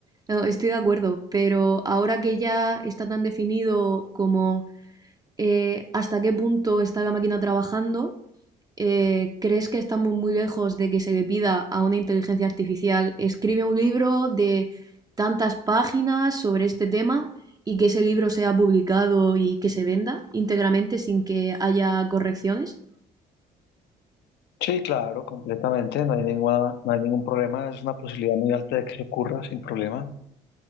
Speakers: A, on the right (about 20°); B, on the left (about 60°).
A: no, estoy de acuerdo, pero ahora que ya está tan definido como eh, hasta qué punto está la máquina trabajando, Eh, ¿crees que estamos muy lejos de que se le pida a una inteligencia artificial escribe un libro de tantas páginas sobre este tema y que ese libro sea publicado y que se venda íntegramente sin que haya correcciones?
B: Sí, claro, completamente. No hay ninguna, no hay ningún problema. Es una posibilidad muy alta de que se ocurra sin problema.